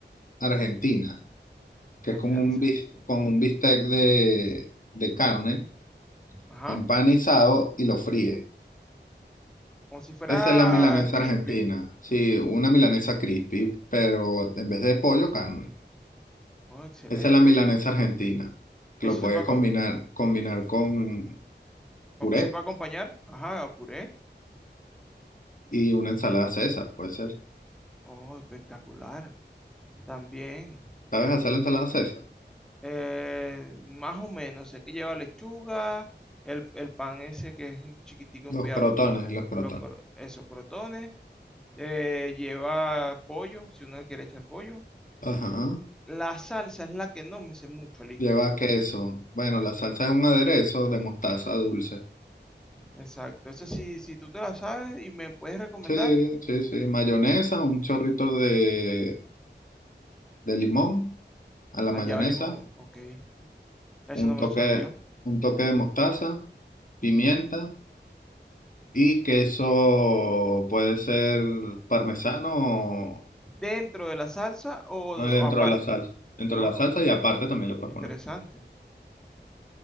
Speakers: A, on the left; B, in the centre.
A: Argentina, que
B: Una
A: es con
B: milanesa
A: un, bis-
B: argentina.
A: con un bistec de, de carne
B: Ajá.
A: empanizado y lo fríe.
B: Como si fuera
A: Esa es la milanesa
B: crispy.
A: argentina. Sí, una milanesa crispy, pero en vez de pollo, carne.
B: Oh, excelente.
A: Esa es la milanesa
B: con-
A: argentina, que
B: Eso
A: lo puedes
B: se puede,
A: combinar,
B: acom-
A: combinar con puré
B: aunque se puede acompañar. Ajá, a puré.
A: y una ensalada César, puede ser.
B: Oh, espectacular. También.
A: ¿Sabes hacer la ensalada César?
B: Eh, más o menos, sé que lleva lechuga, el, el pan ese que es chiquitico,
A: Los
B: cuidado,
A: crotones,
B: cu-
A: los crotones.
B: lo cro- esos crotones, eh, lleva pollo, si uno quiere echar pollo.
A: Ajá.
B: La salsa es la que no me sé mucho, Ali.
A: Lleva queso. Bueno, la salsa es un aderezo de mostaza dulce.
B: Exacto, esa sí, si tú te la sabes y me puedes recomendar,
A: Sí, sí, sí. Mayonesa, un chorrito de, de limón a la
B: allá
A: mayonesa,
B: va limón, ok. Eso
A: un
B: no me
A: toque,
B: lo sabía.
A: un toque de mostaza, pimienta y queso puede ser parmesano
B: ¿Dentro de la salsa o,
A: ah, dentro
B: o aparte?
A: de la salsa. Dentro
B: Oh,
A: de la salsa y aparte también lo puedes
B: interesante.
A: poner.